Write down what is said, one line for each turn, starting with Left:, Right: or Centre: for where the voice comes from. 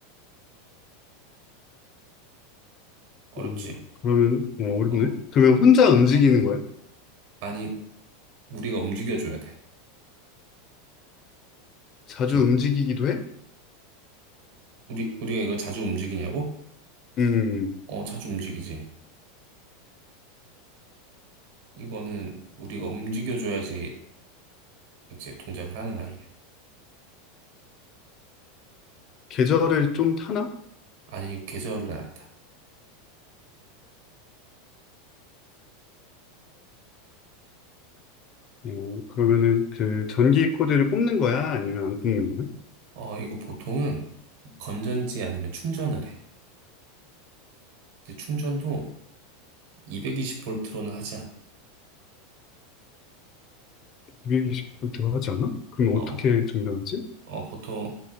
Right: 어렵지.
Left: 음, 그러면 어, 어렵네.
Right: 어.
Left: 그러면 혼자 움직이는 거야?
Right: 아니, 우리가 움직여줘야 돼.
Left: 자주
Right: 저-
Left: 움직이기도 해?
Right: 우리, 우리가 이걸 자주 움직이냐고?
Left: 음, 음.
Right: 어, 자주 움직이지. 이거는 우리가 움직여줘야지 이제 동작을 하는 아이야.
Left: 계절을 좀 타나?
Right: 아니, 이거 계절을 안 한다.
Left: 어, 그러면은 그 전기 코드를 꼽는 거야? 아니면 안 꼽는 거야?
Right: 어, 이거 보통은 건전지 아니면 충전을 해. 근데 충전도 220볼트로는 하지 않아.
Left: 929 들어가지 않아? 그럼
Right: 어,
Left: 어떻게
Right: 어,
Left: 증명하지?
Right: 어, 보통,